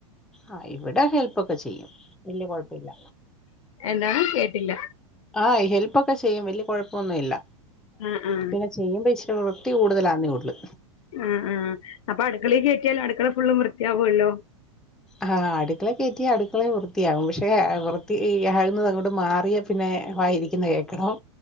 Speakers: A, in the centre; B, on the left.
A: ആ ഇവിടെ ഹെൽപ്പൊക്കെ ചെയ്യും വല്യ കൊഴപ്പില്ല
B: എന്താണ് കേട്ടില്ല
A: ആഹ് ഹെൽപ്പൊക്കെ ചെയ്യും വല്യ കൊഴപ്പൊന്നുഇല്ല
B: ആഹ് ആഹ്
A: പിന്നെ ചെയ്യുമ്പോ ഇച്ചിരി വൃത്തി കൂടുതലാന്നേ ഒള്ളൂ
B: ആ ആഹ് അപ്പൊ അടുക്കളെ കേറ്റിയാലടുക്കള ഫുള്ളും വൃത്തി യാവൊല്ലോ
A: ആഹ് അടുക്കളേ കേറ്റിയ അടുക്കളയും വൃത്തിയാകും. പക്ഷെ വൃത്തി ആകുന്നത് അങ്ങോട്ട് മാറിയ പിന്നെ വായിരിക്കുന്ന കേക്കണം